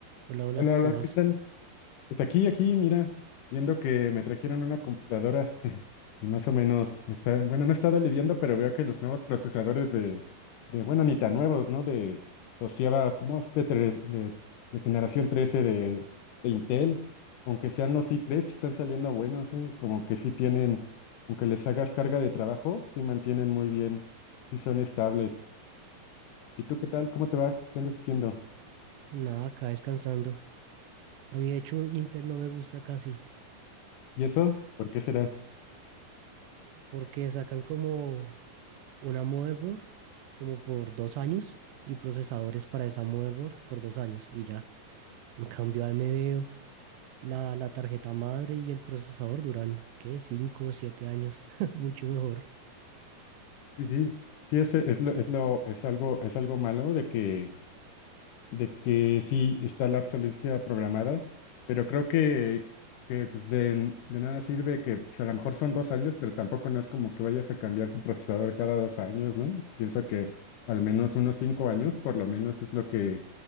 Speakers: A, on the right; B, on the left.
A: Hola, hola,
B: Hola,
A: ¿cómo
B: hola,
A: vas?
B: ¿qué tal? Pues aquí, aquí, mira, viendo que me trajeron una computadora <laughs> y más o menos está, bueno, no he estado lidiando, pero veo que los nuevos procesadores de, de bueno, ni tan nuevos, ¿no? De los Java, no, de, tre- de- de generación 13 de, de Intel, aunque sean los i tres, están saliendo buenos, ¿eh? Como que sí tienen, aunque les hagas carga de trabajo, sí mantienen muy bien, sí son estables. ¿Y tú qué tal? ¿Cómo te va? ¿Qué andas haciendo?
A: Nada, acá descansando. A mí, de hecho, Intel no me gusta casi,
B: ¿Y eso? ¿Por qué será?
A: porque sacan como una motherboard, como por dos años, y procesadores para esa motherboard por dos años, y ya. En cambio, AMD, la, la tarjeta madre y el procesador duran, ¿qué? Cinco o siete años, <laughs> mucho mejor.
B: Sí, sí, sí, es, es lo, es lo, es algo, es algo malo de que, de que sí está la obsolescencia programada, pero creo que, que pues de, de nada sirve que pues, a lo mejor son dos años, pero tampoco no es como que vayas a cambiar tu procesador cada dos años, ¿no? Pienso que al menos unos cinco años, por lo menos es lo que,